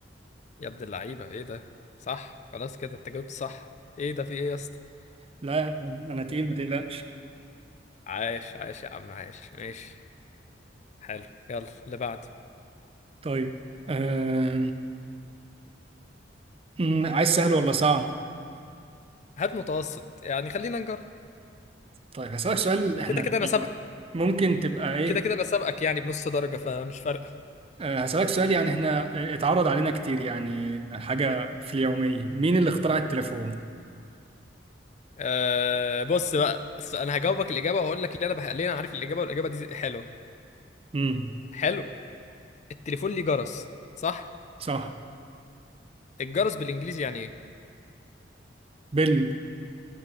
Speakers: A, on the left; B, on the right.
A: يا ابن اللعيبة ايه ده صح خلاص كده انت جاوبت صح ايه ده في ايه يا اسطى <laughs>
B: لا انا تقيل ما تقلقش
A: عايش عايش يا عم عايش ماشي حلو يلا اللي بعده
B: طيب آه مم، عايز سهل ولا صعب
A: هات متوسط يعني خلينا نجرب
B: طيب هسألك سؤال احنا
A: كده كده انا سابقك
B: ممكن تبقى ايه
A: كده كده انا سابقك يعني بنص درجة فمش فارقة
B: آه، هسألك سؤال يعني احنا آه، اتعرض علينا كتير يعني حاجة في اليومية مين اللي اخترع التليفون؟
A: أه بص بقى الس- انا هجاوبك الاجابه وهقول لك اللي انا بح... ليه انا عارف الاجابه والاجابه دي حلوه
B: امم
A: حلو التليفون ليه جرس صح
B: صح
A: الجرس بالانجليزي يعني ايه
B: بيل